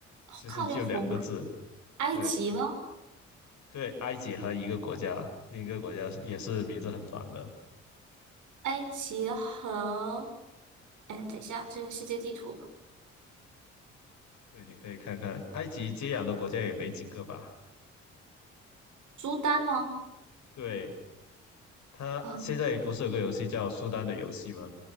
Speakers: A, on the right (about 55°); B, on the left (about 50°).
A: 哦靠近红海
B: 其实就两个字。
A: 埃及吗？
B: 对对，埃及和一个国家，另一个国家是也是名字很短的。
A: 埃及和哎，等一下，这个世界地图，
B: 对，你可以看看，埃及接壤的国家也没几个吧？
A: 苏丹吗？
B: 对，它现在不是有个游戏叫《苏丹的游戏》吗？
A: 啊、